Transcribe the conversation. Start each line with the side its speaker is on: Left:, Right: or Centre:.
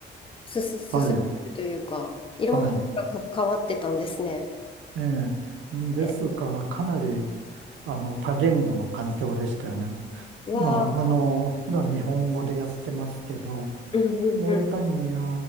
Left: すす進めてるというか、
Right: はい、
Left: いろんな人が関わってたんですね。
Right: はい、ええ、ですからかなり、
Left: で
Right: あの、多言語の環境でしたよね。
Left: うわあ、
Right: まあ、あの、普段日本語でやってますけど、
Left: うんうんうん、
Right: モーリタニア